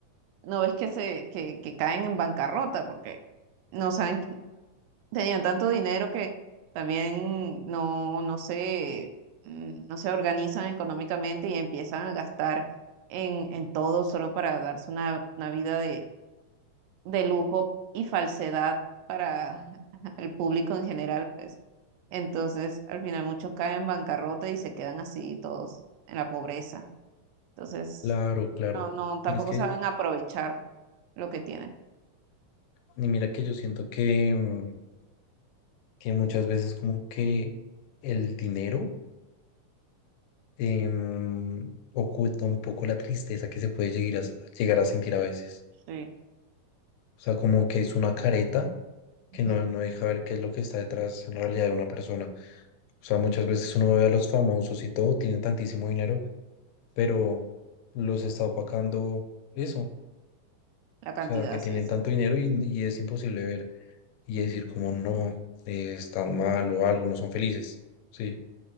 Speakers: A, on the right; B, on the left.
A: no ves que se, que, que caen en bancarrota porque no saben, qui- tenían tanto dinero que también no, no se, mm, no se organizan económicamente y empiezan a gastar en, en todo solo para darse una, una vida de lujo y falsedad para <laughs> el público en general, pues. Entonces, al final muchos caen en bancarrota y se quedan así todos en la pobreza. Entonces,
B: Claro, claro.
A: no, no, tampoco
B: Y es que,
A: saben aprovechar lo que tienen.
B: y mira que yo siento que, mm, que muchas veces como que el dinero em, oculta un poco la tristeza que se puede llegar a, s- llegar a sentir a veces.
A: Sí.
B: O sea, como que es una careta
A: <laughs>
B: que no, no deja ver qué es lo que está detrás en realidad de una persona. O sea, muchas veces uno ve a los famosos y todo, tienen tantísimo dinero, pero los está opacando eso. O
A: La cantidad,
B: sea, que
A: sí,
B: tienen
A: exacto.
B: tanto dinero y y es imposible ver. y decir como no, eh, están mal o algo, no son felices. Sí,